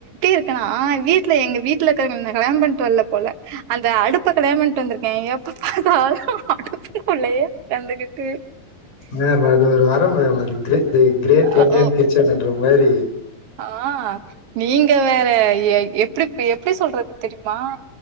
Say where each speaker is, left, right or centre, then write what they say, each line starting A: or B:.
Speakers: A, on the right; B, on the left.
A: இருக்கனா வீட்ல எங்க வீட் லருக்கறவங்களா கல்யாணம்பன்டு வரல போல அந்த அடுப்ப கலயணாம்பன்ட் ட்டு வந்திருக்கே எப்ப பாத்தாலு அடுப்புக்குள்ளேயே உக்காந்துகிட்டு
B: மேம் அது ஒரு வரம் மேம் அது கிர தி கிரேட்
A: அ
B: இண்டியன்
A: ஓ
B: கிச்சன் என்று வேரி
A: ஆ நீங்க வேற எப் எப்டிப் எப்டி சொல்றது தெரிமா